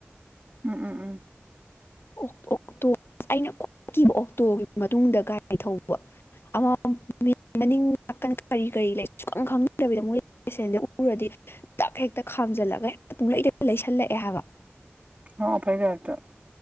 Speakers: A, on the right; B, on the left.
A: ꯎꯝ ꯎꯝ ꯎꯝ
B: ꯑꯣ ꯇꯣ ꯑꯁ ꯑꯩꯅ ꯈꯈꯤꯕ ꯑꯣꯛꯇꯣꯒꯤ ꯃꯇꯨꯡꯗ ꯒꯥꯔꯤ ꯊꯧꯕ ꯑꯃ ꯃ ꯅꯥꯀ ꯀꯔꯤ ꯀꯔꯤ ꯂꯩ ꯁꯨꯪ ꯈꯪꯗꯕꯤꯗ ꯃꯣꯏ ꯄꯦꯁꯦꯟꯗ ꯎꯔꯗꯤ ꯗꯞ ꯍꯦꯛꯇ ꯈꯥꯝꯖꯜꯂꯒ ꯍꯦꯛꯇ ꯄꯨꯡꯂꯩꯗ ꯂꯩꯁꯜꯂꯛꯑꯦ ꯍꯥꯏꯕ
A: ꯍꯥꯎ ꯐꯩꯗꯦ ꯍꯥꯏꯔꯠꯇ